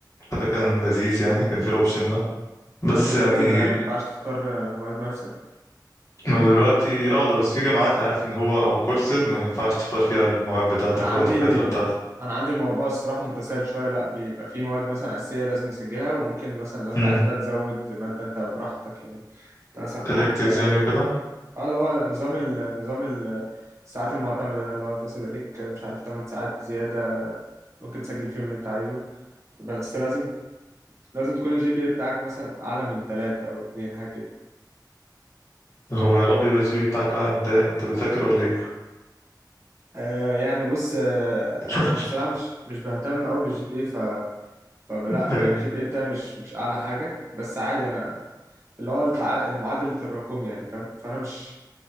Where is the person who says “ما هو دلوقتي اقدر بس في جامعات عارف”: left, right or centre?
Left